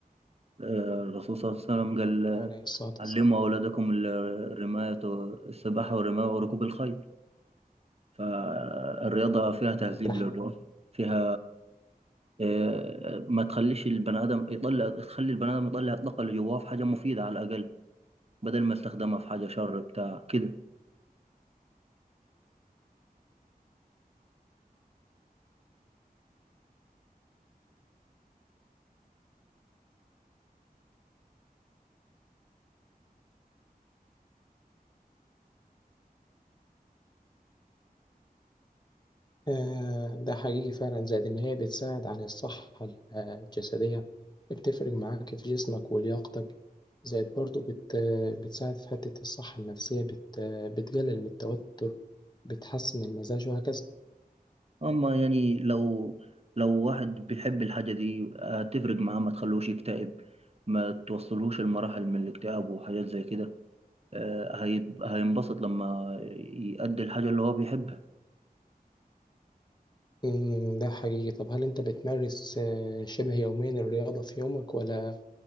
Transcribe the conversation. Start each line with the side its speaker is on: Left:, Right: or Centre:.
Right: آه، الرسول صلى الله عليه وسلم قال
Left: عليه الصلاة
Right: علموا أولادكم ال- الرماية السباحة والرماية وركوب الخيل فالرياضة فيها
Left: والسلام
Right: تهذيب للروح فيها آه، ما تخليش البني آدم يطلع تخلي البني آدم يطلع الطاقة اللي جواه في حاجة مفيدة على الأقل بدل ما يستخدمها في حاجة شر بتاع كده
Left: آه، ده حقيقي فعلا زائد إن هي بتساعد على الصحة ال- آه، الجسدية بتفرق معاك في جسمك ولياقتك زائد برضو بت آه، بتساعد في حتة الصحة النفسية بت آه، بتقلل من التوتر بتحسن المزاج وهكذا
Right: أما يعني لو لو واحد بيحب الحاجة دي هتفرق معاه ما تخلوش يكتئب ما توصلهوش المراحل من الاكتئاب وحاجات زي كده آه، هيب- هينبسط لما يأدي الحاجة اللي هو بيحبها
Left: مم، ده حقيقي طب هل أنت بتمارس آه، شبه يوميا الرياضة في يومك ولا